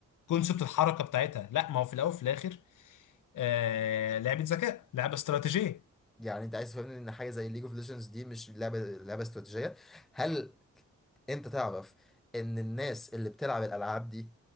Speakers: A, on the left; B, in the centre.
A: كونسبت الحركة بتاعتها لا ما هو في الأول وفي الآخر آه لعبة ذكاء لعبة استراتيجية
B: يعني انت عايز تفهمني ان حاجة زي ليج اوف ليجندز دي مش لعبة لعبة استراتيجية هل انت تعرف ان الناس اللي بتلعب الالعاب دي